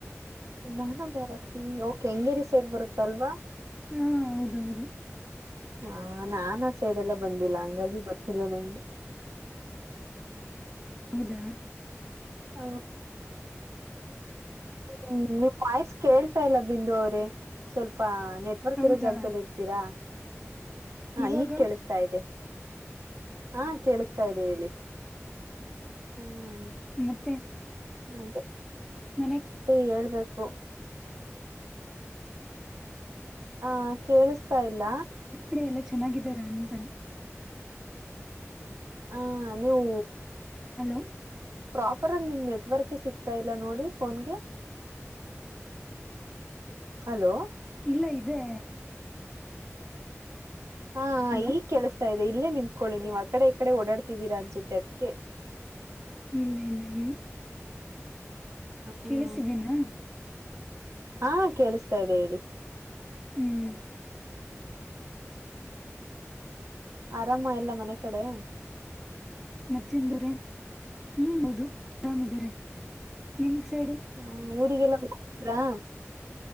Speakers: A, on the right; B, in the centre.
A: ನಾನ ಬರತ್ತೀನಿ ಓಕೆ ಹಂಗೇರಿ ಸೈಡ್ ಬರುತ್ತಲ್ವಾ
B: ಹಾ ಹೌದ ಹೌದು
A: ಹ ನಾಾನಾ ಸೈಡೆ ಎಲ್ಲ ಬಂದಿಲ್ಲ ಹಂಗಾಗಿ ಗೊತ್ತಿಲ್ಲ ನಂಗೆ
B: ಹೌದಾ
A: ಹ ಹ್ಮ ನೀವ್ ವಾಯ್ಸ್ ಕೇಳ್ತಾ ಇಲ್ಲ ಬಿಂದು ಅವ್ರೇ ಸ್ವಲ್ಪ ನೆಟ್ಟ ಬರ್ತಿಿರೋ
B: ಹೌದಾ
A: ಜಾಗದಲ್ಲಿ ಇರ್ತೀರಾ ಹ
B: ಇವಾಗ
A: ಈಗ್ ಕೇಳಿಸ್ತಾ ಇದೆ ಹಾ ಕೇಳಿಸ್ತಾ ಇದೆ ಹೇಳಿ ಹ್ಮ
B: ಮತ್ತೆ
A: ಅದೆ ಮತ್ತೆ
B: ಮನೆ
A: ಹೇಳ್ಬೇಕು ಹ ಕೇಳಿಸತಾ ಇಲ್ಲ
B: ಕಡೆ ಎಲ್ಲ ಚೆನ್ನಾಗಿದಾರ ಅಂತಾನ
A: ಹ ನೀವು
B: ಹಲೋ
A: ಪ್ರಾಪರ್ ಆಗ ನಿಮ್ ನೆಟ್ವರ್ಕ್ ಸಿಗ್ತಾ ಇಲ್ಲ ನೋಡಿ ಫೋನ್ಗೆ ಹಲೋ
B: ಇಲ್ಲ ಇದೆ
A: ಹಾ
B: ಹಲೋ
A: ಈಗ ಕೆೇಳಸ್ತಾ ಇದೆ ಇಲ್ಲೇ ನಿಂತ್ಕೊಳ್ಳಿ ನೀವ್ ಅ ಕಡೆ ಈ ಕಡೆ ಓಡಾಡ್ತಿದ್ದೀರಾ ಅನ್ಸುತ್ತೆ ಅದ್ಕ್ಕೆ
B: ಇಲ್ಲ ಇಲ್ಲ ಇ
A: ಹ್ಮ್
B: ಕೇಳಿಸಿದೆೇನಾ
A: ಹಾ ಕೇಳಿಸ್ತಾ ಇದೆ ಹೇಳಿ
B: ಹ್ಮ್
A: ಆರಾಮ ಎಲ್ಲ ಮನೆ ಕಡೆ
B: ಮತ್ತೆನ್ ದವರೆ ಹ್ಮ ಹೌದು ಆರಾಮಿದೀರೆ ನಿಮ ಸೈಡು
A: ಹ ಊರಿಗೆಲ್ಲ ಹೋಗಿದ್ರಾ